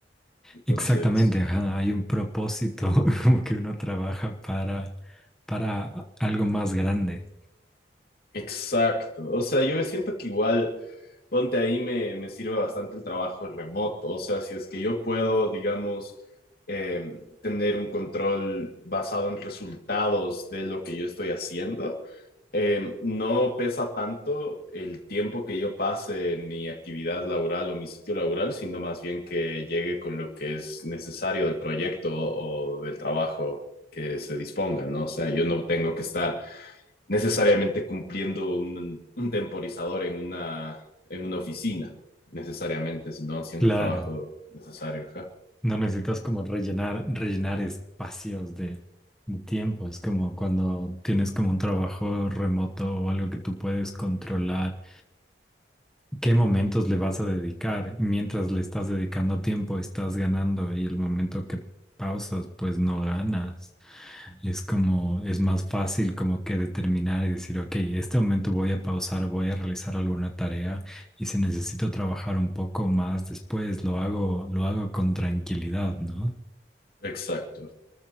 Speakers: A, on the left (about 60°); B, in the centre.
A: Entonces,
B: Exactamente, ajá, hay un propósito, <laughs> como que uno trabaja para, para algo más grande.
A: exacto. O sea, yo siento que igual, ponte ahí, me, me sirve bastante el trabajo remoto. O sea, si es que yo puedo, digamos, eh, tener un control basado en resultados de lo que yo estoy haciendo. eh, no pesa tanto el tiempo que yo pase en mi actividad laboral o mi sitio laboral, sino más bien que llegue con lo que es necesario del proyecto o del trabajo que se disponga, ¿no? O sea, yo no tengo que estar necesariamente cumpliendo un, un temporizador en una, en una oficina, necesariamente, sino haciendo
B: Claro,
A: el trabajo necesario. ajá.
B: no necesitas como rellenar, rellenar espacios de, de tiempo. Es como cuando tienes como un trabajo remoto o algo que tú puedes controlar ¿Qué momentos le vas a dedicar? Y mientras le estás dedicando tiempo, estás ganando y el momento que pausas, pues no ganas. Es como, es más fácil como que determinar y decir, ok, este momento voy a pausar, voy a realizar alguna tarea y si necesito trabajar un poco más después, lo hago, lo hago con tranquilidad, ¿no?
A: Exacto.